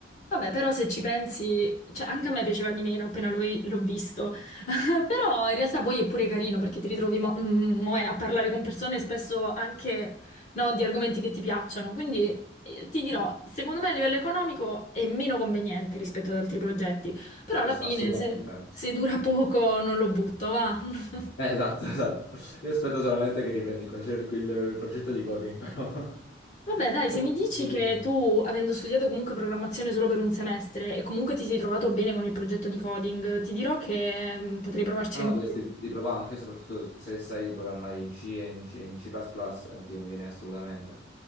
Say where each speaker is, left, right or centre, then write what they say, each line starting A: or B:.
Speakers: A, on the left; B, on the left.
A: Vabbè, però se ci pensi, cioè anche a me piaceva di meno appena lo- l'ho visto. <laughs> Però in realtà poi è pure carino perché ti ritrovi mo- mm, mo è a parlare con persone spesso anche no, di argomenti che ti piacciono. Quindi eh, ti dirò, secondo me a livello economico è meno conveniente rispetto ad altri progetti. Però
B: sì,
A: alla
B: ass-
A: fine,
B: assolutamente.
A: se, se dura poco, non lo butto, va. <laughs>
B: Eh, esatto, <laughs> esatto. Io aspetto solamente che riprendi il, concer- il progetto di coding, però...
A: Vabbè,
B: <laughs>
A: dai,
B: è
A: se
B: tutto
A: mi dici
B: solo
A: che
B: lui.
A: tu, avendo studiato comunque programmazione solo per un semestre e comunque ti sei trovato bene con il progetto di coding, ti dirò che mm, potrei provarci
B: Ah
A: anch'io.
B: no, dovresti di provare anche, soprattutto se sai programmare in C e in C, in C++, eh, ti conviene assolutamente.